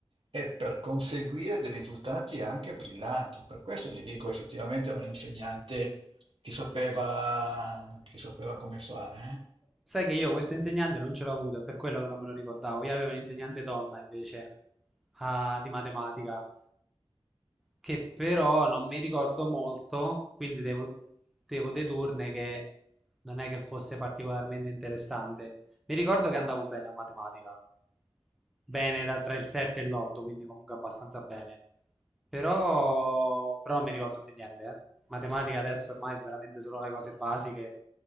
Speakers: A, on the right (about 60°); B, in the centre.
A: e per conseguire dei risultati anche brillanti. Per questo ti dico, effettivamente era un insegnante che sapeva, che sapeva come fare.
B: Sai che io questo insegnante non ce l'ho avuto, è per quello che non me lo ricordavo. Io avevo un'insegnante donna invece a- di matematica, che però non mi ricordo molto, quindi devo, devo dedurne che non è che fosse particolarmente interessante. Mi ricordo che andavo bene a matematica, bene da, tra il 7 e l'8, quindi comunque abbastanza bene. Però, però non mi ricordo più niente, eh. Matematica adesso ormai sono veramente solo le cose basiche.